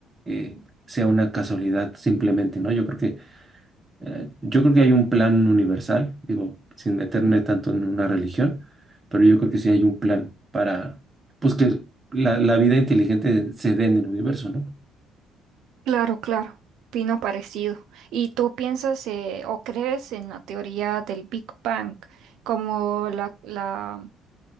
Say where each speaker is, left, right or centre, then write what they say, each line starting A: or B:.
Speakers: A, on the right; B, on the right.
A: eh, sea una casualidad simplemente, ¿no? Yo creo que eh, yo creo que hay un plan universal, digo, sin meterme tanto en una religión, pero yo creo que sí hay un plan para pues que la, la vida inteligente se dé en el universo, ¿no?
B: Claro, claro, opino parecido. ¿Y tú piensas eh, o crees en la teoría del Big Bang como la, la,